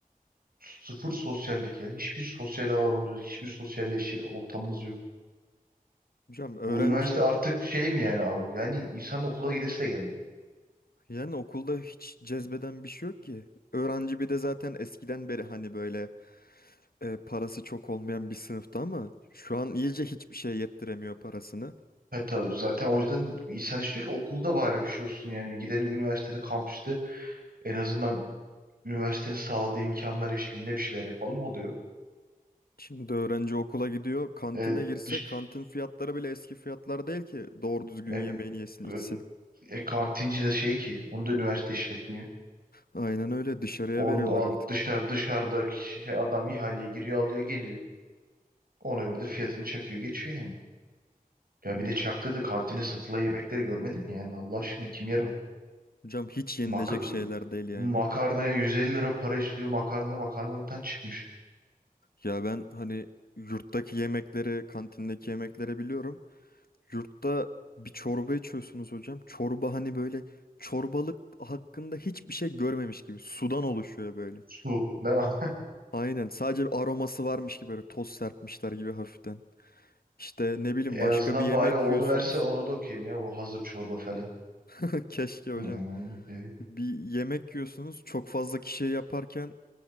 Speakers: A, on the right; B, on the left.
A: sıfır sosyallik ya. Hiçbir sosyal alanımız yok, hiçbir sosyalleşecek ortamımız yok.
B: Hocam öğrenci
A: Bu üniversite artık şey mi yani abi? Yani insan okula gidesi de gelmiyor.
B: yani okulda hiç cezbeden bir şey yok ki. Öğrenci bir de zaten eskiden beri hani böyle e, parası çok olmayan bir sınıfta ama şu an iyice hiçbir şey yettiremiyor parasını.
A: Hatta zaten o yüzden insan istiyor ki okulda bari bir şey olsun. Yani gidelim üniversitede, kampüste en azından üniversitenin sağladığı imkanlar eşliğinde bir şeyler yapalım. O da yok.
B: Şimdi öğrenci okula gidiyor. Kantine
A: E,
B: girse
A: dış,
B: kantin fiyatları bile eski fiyatlar değil ki doğru düzgün
A: e,
B: yemeğini yesin içsin.
A: e, e, kantinci de şey ki, onu da üniversite işletmiyor.
B: Aynen öyle dışarıya
A: On
B: veriyorlar
A: o
B: artık.
A: dışarı, dışarıdaki şey, adam ihaleye giriyor, alıyor, geliyor. Ona göre de fiyatını çakıyor, geçiyor yani. Ya
B: Hı.
A: bir de çaktı da kantine satılan yemekleri görmedim Yani Allah aşkına kim yer onu?
B: Hocam hiç yenilecek
A: Mak
B: şeyler değil yani.
A: makarnaya 150 lira para istiyor. Makarna makarnalıktan çıkmış.
B: Ya ben hani yurttaki yemekleri, kantindeki yemekleri biliyorum. Yurtta bir çorba içiyorsunuz hocam. Çorba hani böyle çorbalık hakkında hiçbir şey görmemiş gibi sudan oluşuyor böyle.
A: Su. Ne <laughs>
B: Aynen sadece bir aroması varmış gibi böyle toz serpmişler gibi hafiften. İşte ne bileyim
A: En
B: başka
A: azından
B: bir yemek
A: bari o onu
B: yiyorsunuz.
A: verse onu da okuyayım ya bu hazır çorba falan.
B: <laughs> Keşke hocam.
A: Yani, e,
B: Bir yemek yiyorsunuz çok fazla kişiye yaparken